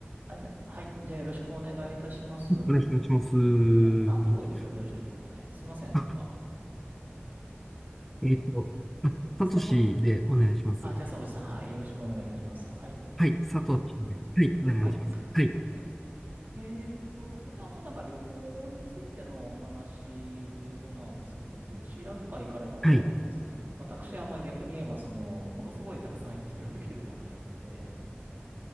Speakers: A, on the right; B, in the centre.
A: あ、じゃ、はい。じゃあよろしくお願いいたします。
B: よろしくお願いします。<laughs>
A: あ何とお呼びすればよろしいでしょうかね。すいません。
B: あ
A: なんか、
B: えっと、<laughs> あサトシでお願いします。
A: サトシ、あ、じゃあサトシさん。はい。よろしくお願いいたします。はい。
B: はい、サトシで。はい、お願いします。
A: はい。
B: はい、
A: はい。えーっと、それであの、なんか旅行についてのお話っていうことなんですけれども、どちらとか行かれたことあります私はあんまり逆に言えば、
B: はい。
A: その、ものすごいたくさん行ってるわけではないんで、